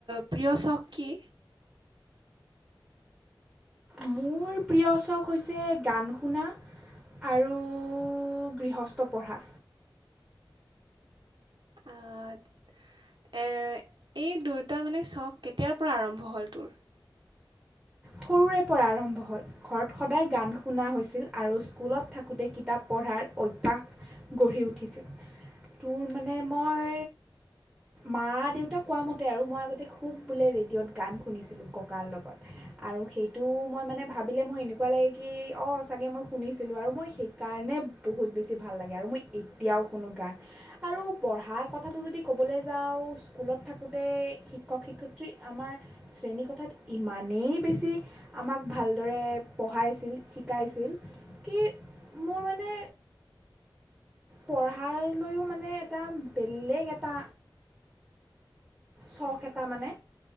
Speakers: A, on the right; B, on the right.
A: প্ৰিয় চখ কি?
B: মোৰ প্ৰিয় চখ হৈছে গান শুনা আৰু গৃহস্থ পঢ়া।
A: আ, এ এই দুয়োটা মানে চখ কেতিয়াৰ পৰা আৰম্ভ হ'ল তোৰ
B: সৰুৰে পৰা আৰম্ভ হ'ল ঘৰত সদায় গান শুনা হৈছিল আৰু স্কুলত থাকোঁতে কিতাপ পঢ়াৰ অভ্যাস গঢ়ি উঠিছিল তোৰ মানে মই মা দেউতাক কোৱা মতে আৰু মই আগতে খুব বোলে ৰেডিঅ'ত গান শুনিছিলোঁ ককাৰ লগত আৰু সেইটো মই মানে ভাবিলে মোৰ এনেকুৱা লাগে কি অঁ চাগৈ মই শুনিছিলোঁ আৰু মই সেইকাৰণে বহুত বেছি ভাল লাগে আৰু মই এতিয়াও শুনো গান আৰু পঢ়াৰ কথাটো যদি ক'বলৈ যাওঁ স্কুলত থাকোঁতে শিক্ষক শিক্ষয়িত্ৰী আমাৰ শ্ৰেণীৰকথাত ইমানেই বেছি আমাক ভালদৰে পঢ়াইছিল শিকাইছিল কি মোৰ মানে পঢ়াৰ লৈও মানে এটা বেলেগ এটা চখ এটা মানে